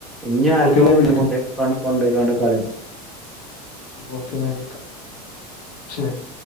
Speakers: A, in the centre; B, on the left (about 70°).
A: ഇഞ്ഞാര്തും
B: ഓക്കെ എന്നാൽ ഞാൻ വിളിക്കാം
A: കൊണ്ടോപോയി കൊ കൊണ്ടോയി ക്കാണ്ട് കളര്ത്
B: ഓക്കെ എന്നാ ഞാൻ വിളിക്കാം ശെരി